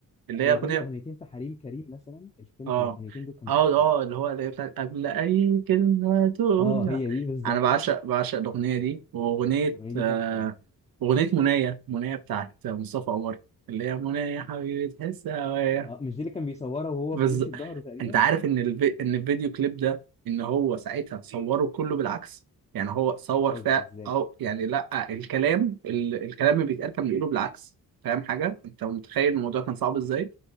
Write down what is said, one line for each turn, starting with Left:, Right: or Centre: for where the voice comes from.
Right: اللي
Left: هو
Right: هي اغنيه
Left: غنى اغنيتين في حريم كريم مثلا الفيلم
Right: اه
Left: الاغنيتين دول كانوا
Right: اه
Left: تحفه
Right: اه اللي هو اللي هي بتاعت قبل اي كلمه تقولها
Left: اه هي دي بالظبط
Right: انا بعشق بعشق الاغنيه دي واغنيه
Left: <laughs> الاغنيه دي
Right: آه
Left: تحفه
Right: اغنيه منايه منايه بتاعت مصطفى قمر اللي هي منايه حبيبي تحس هوايا
Left: اه مش دي اللي كان بيصورها وهو
Right: بالظبط
Left: بيمشي بظهره تقريبا
Right: انت عارف ان الفي... ان الفيديو كليب ده ان هو ساعتها صوره كله بالعكس يعني هو صور
Left: <laughs> بتهزر
Right: فا
Left: ازاي
Right: او يعني لا الكلام ال... الكلام اللي بيتقال كان بيقوله بالعكس فاهم حاجه انت متخيل الموضوع كان صعب ازاي